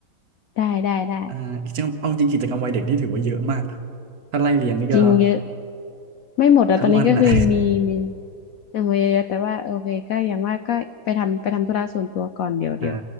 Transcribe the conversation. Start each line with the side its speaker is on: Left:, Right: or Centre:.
Left: ได้ได้ได้
Right: อ่าอีกจริงเอาจริงกิจกรรมวัยเด็กนี่ถือว่าเยอะมากนะถ้าไล่เรียงนี่ก็
Left: จริงเยอะไม่หมดอะตอนนี้ก็คือมีมี
Right: ทั้งวันน่ะ
Left: เอาไว้เยอะๆแต่ว่าโอเคก็อย่างว่าก็ไปทำไปทำธุระส่วนตัวก่อนเดี๋ยวเดี๋ยว
Right: <laughs> อ่า